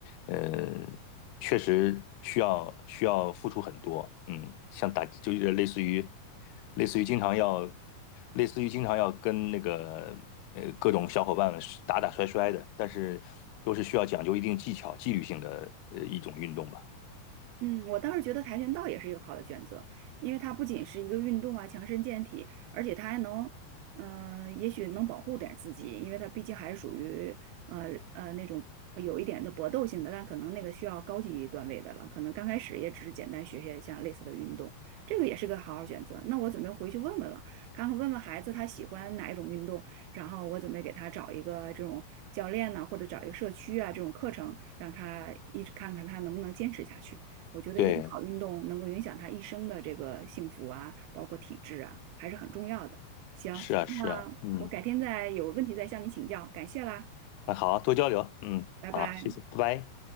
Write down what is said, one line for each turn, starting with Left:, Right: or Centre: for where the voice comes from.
Left: 呃，确实需要需要付出很多，嗯，像打就有点类似于，类似于经常要，类似于经常要跟那个呃各种小伙伴们是打打摔摔的，但是都是需要讲究一定技巧、纪律性的呃一种运动吧。
Right: 嗯，我倒是觉得跆拳道也是一个好的选择，因为它不仅是一个运动啊，强身健体，而且它还能，嗯、也许能保护点儿自己，因为它毕竟还是属于呃呃那种有一点的搏斗性的，但可能那个需要高级段位的了，可能刚开始也只是简单学学像类似的运动，这个也是个好好选择。那我准备回去问问了，看看问问孩子他喜欢哪一种运动，然后我准备给他找一个这种教练呢，或者找一个社区啊这种课程，让他一直看看他能不能坚持下去。我觉得一个好运动能够影响他一生的这个幸福啊，
Left: 对，
Right: 包括体质啊，还是很重要的。行，
Left: 是啊，
Right: 那我改天再有问题再向你请教，
Left: 是啊，嗯，
Right: 感谢啦，
Left: 那好，多交流，嗯，
Right: 拜拜。
Left: 好，谢谢，拜拜。